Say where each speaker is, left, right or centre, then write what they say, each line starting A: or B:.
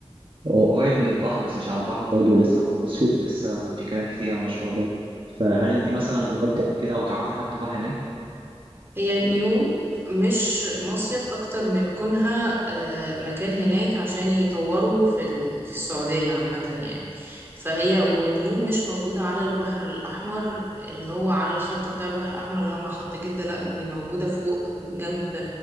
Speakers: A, on the right; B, on the right.
A: هو قريب من البحر بس مش على البحر برضه لسه ما خلصش ولسه في كلام كتير عن المشروع ده فهل انت مثلا جربت كده او تعرفي حد راح هناك؟
B: هي نيوم مش مصيف أكتر من كونها آه، مكان هناك عشان يطوروا في ال- في السعودية عامة يعني فهي ونيوم مش موجودة على البحر الأحمر اللي هو على الخط بتاع البحر الأحمر اللي هو مع خط جدة لأ دي موجودة فوق جنب